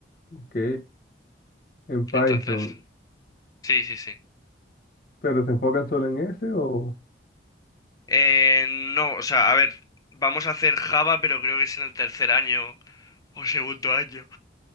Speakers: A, on the left; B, on the left.
A: ok, en Python.
B: Entonces, sí, sí, sí.
A: ¿Pero se enfocan solo en ese o...?
B: Eh, no, o sea, a ver, vamos a hacer Java, pero creo que es en el tercer año o segundo año.